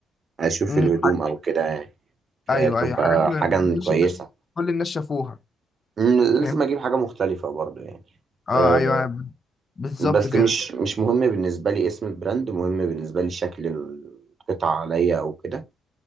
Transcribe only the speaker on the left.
أمم،
حاج...
ايوه
ايوه حاجات ما
ما كلش
الناس كل الناس شافوها
فاهم
اه
ايوه بالظبط
كده